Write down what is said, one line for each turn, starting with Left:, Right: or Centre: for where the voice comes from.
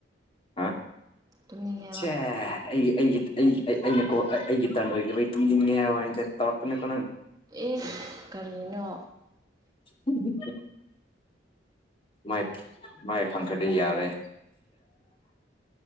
Left: ꯍꯥ
Right: ꯇꯨꯝꯅꯤꯡꯉꯦꯕ
Left: ꯁꯦ ꯑꯩ ꯑꯩ ꯑꯩ ꯑꯩꯅꯀꯣ ꯑꯩꯒꯤ ꯇꯔꯥꯟ ꯑꯣꯏꯈꯤꯕ ꯑꯩ ꯇꯨꯝꯅꯤꯡꯉꯦ ꯍꯥꯏꯕ ꯍꯥꯏꯁꯦ ꯇꯧꯔꯛꯒꯅꯨꯀꯣ ꯅꯪ
Right: ꯑꯦ ꯀꯔꯤꯅꯣ
Left: ꯎꯝ <unintelligible> ꯥꯏ ꯃꯥꯏ ꯐꯪꯈ꯭ꯔꯗꯤ ꯌꯥꯔꯦ